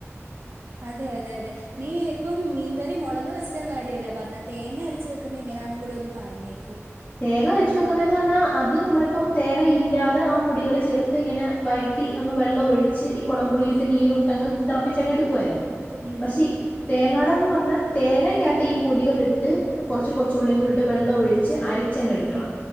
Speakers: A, on the right; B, on the left.
A: അതെ അതെ അതെ നീ ഇപ്പം ഇ മീൻ കയറി മുളക് വെച്ച കാര്യമല്ലേ പറഞ്ഞ തേങ്ങ അരച്ചു വെക്കുന്ന എങ്ങനാണന്നും കൂടി ഒന്ന് പറഞ്ഞേക്ക്
B: തേങ്ങ അരച്ചു വെക്കുന്നതന്ന് പറഞ്ഞാൽ അത് നമ്മളിപ്പം തേങ്ങ ഇല്ലാതെ ആ പൊടികള് ചേർത്ത് ഇങ്ങനെ വഴറ്റ കുട്ടി അങ്ങ് വെള്ളം ഒഴിച്ചി ഈ കുടമ്പുളി ഇട്ട്
A: ഉം
B: മീനും ഇട്ടങ്ങ് തിളപ്പിച്ചു എടുക്കുവായിരുന്നു
A: ഉം
B: പക്ഷെ തേങ്ങാട പറഞ്ഞാൽ തേങ്ങക്കകത്ത് ഈ പൊടികൾ ഇട്ട് കുറച്ച് കൊച്ചുള്ളിയും
A: ഉം
B: കൂടിട്ട് വെള്ളം ഒഴിച്ച് അരച്ച് അരച്ചങ്ങ് എടുക്കണം
A: ഉം